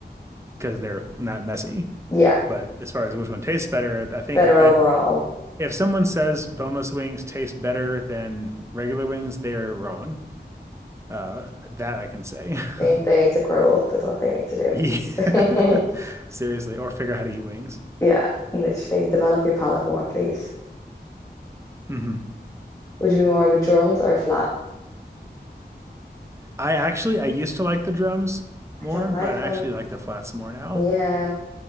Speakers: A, on the right (about 15°); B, on the left (about 15°).
A: because they're not messy.
B: yeah.
A: But as far as which one tastes better, I think
B: Better
A: I
B: overall.
A: if someone says boneless wings taste better than regular wings, they're wrong. Uh, that I can say.
B: They,
A: <laughs>
B: they need to grow up with what they need to
A: Yeah.
B: do. <laughs>
A: <laughs> Seriously, or figure out how to eat wings.
B: Yeah, literally develop your palate more, please.
A: hmm
B: Would you be more of a drums or a flat?
A: I actually I used to like the drums
B: I
A: more,
B: don't like
A: but I
B: them.
A: actually like the flats more now.
B: Yeah,